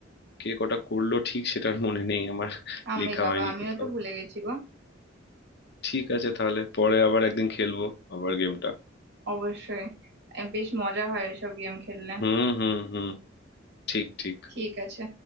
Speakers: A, on the left; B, on the right.
A: কে কটা করলো ঠিক সেটার মনে নেই আমার
B: আমি
A: লেখা
B: বাবা
A: হয়নি
B: আমিও
A: কোথাও
B: তো ভুলে গেছি গো
A: ঠিক আছে তাহলে পরে আবার একদিন খেলবো আবার গেমটা
B: অবশ্যই এ, বেশ মজা হয় এসব গেম খেললে
A: হুম হুম হুম ঠিক ঠিক
B: ঠিক আছে